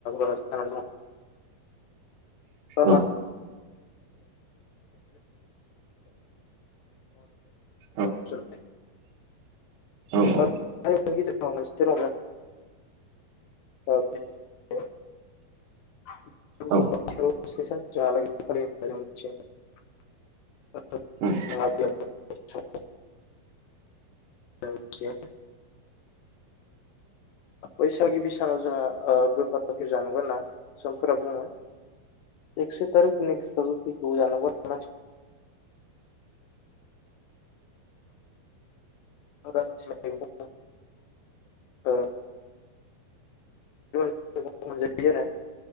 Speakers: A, on the left; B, on the right.
A: जानानै दङ
B: औ औ
A: <inaudible> <unintelligible> <unintelligible> <unintelligible>
B: औ औ।
A: औ हारिमुनि गेजेराव मोनसे <unintelligible> ओ <unintelligible> <unintelligible>
B: औ ओम।
A: जोंहा <unintelligible> मिथियो बैसागिबि सानाव जोङा ओ गोखा गोखै जानांगौ होनना समफोरा बुङो। एकस' एतार गुनिक हिसाबै जानांगौ आरोना। <unintelligible> ओ <unintelligible> मोनजायो आरो